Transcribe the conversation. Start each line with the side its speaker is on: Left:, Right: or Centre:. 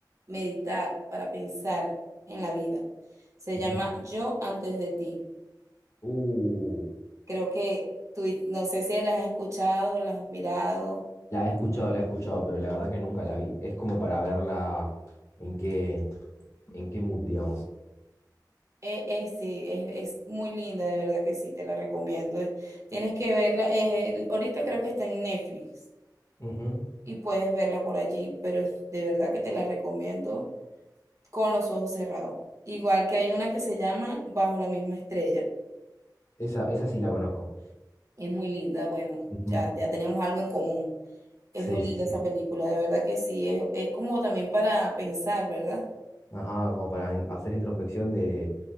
Right: meditar, para pensar en la vida. Se
Left: ujú.
Right: llama Yo antes de ti.
Left: Uh,
Right: Creo que tú, no sé si las has escuchado, las has mirado.
Left: la he escuchado, la he escuchado, pero la verdad que nunca la vi. Es como para verla en qué, en qué mood, digamos.
Right: Eh, eh, sí, es, es muy linda, de verdad que sí, te la recomiendo. Eh, Tienes que verla. eh, ahorita creo que está en Netflix
Left: Ujú.
Right: y puedes verla por allí, pero es- de verdad que te la recomiendo con los ojos cerrados. Igual que hay una que se llama Bajo la misma estrella.
Left: Esa, esa sí la conozco.
Right: Es muy linda, bueno,
Left: Ujú.
Right: ya, ya tenemos algo en común. Es
Left: Sí,
Right: muy
Left: sí,
Right: linda
Left: sí.
Right: esa película, de verdad que sí, es, es como también para pensar, ¿verdad?
Left: Ajá, como para in- hacer introspección de,